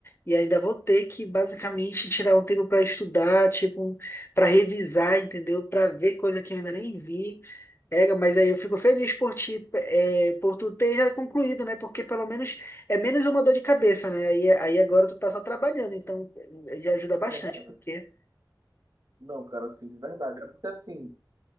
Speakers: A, on the left; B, on the right.
A: E ainda vou ter que basicamente tirar um tempo para estudar, tipo, para revisar, entendeu? Para ver coisa que eu ainda nem vi. É, mas aí eu fico feliz por ti, é, por tu ter já concluído, né? Porque pelo menos é menos uma dor de cabeça, né? Aí, aí agora tu tá só trabalhando, então eh, já ajuda bastante,
B: É, cara.
A: porque.
B: Não, cara, assim, de verdade. É porque assim,